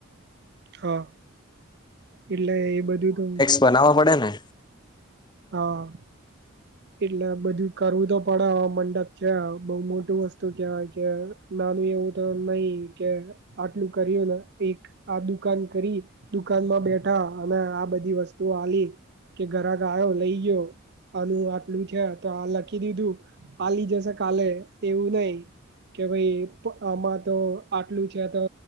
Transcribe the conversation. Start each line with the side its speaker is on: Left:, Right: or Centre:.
Right: હા એટલે એ બધું તો
Left: બનાવવા પડે ને
Right: હા. એટલે બધું કરવું તો પડે મંડપ છે બઉુ મોટું વસ્તુ કેવાય ક નાનું એવું તો નઈ કે આટલું કર્યું ને એક આ દુકાન કરી દુકાનમાં બેઠા અને આ બધી વસ્તુઓ આલી કે ઘરા ગો લઈ ગયો. આનું આટલું છે તો આ લખી દીધું આલી જશે કાલે એવું નઈ. કે ભાઈ આમાં તો આટલું છે તો.